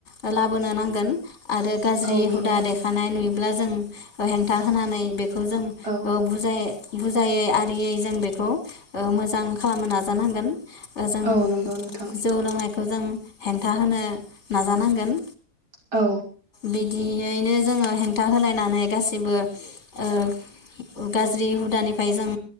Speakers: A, on the left; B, on the right.
A: ओ ला बोनो नांगोन आरो गाज्रि
B: औ नंगौ
A: हुदा देखानाय नुयोब्ला जों <unintelligible> खोथा होनानै बेखौ जों
B: औ
A: ओ बुजाय बुजायै आरियै जों बेखौ ओ मोजां खालामनो नाजानांगोन। ओ जों
B: औ नंगौ नोंथां
A: जौ लोंनायखौ जों हेंथा होनो नाजानांगोन।
B: औ।
A: बिदियैनो जोङो हेंथा होलायनानै गासिबो ओ गाज्रि हुदानिफ्राय जों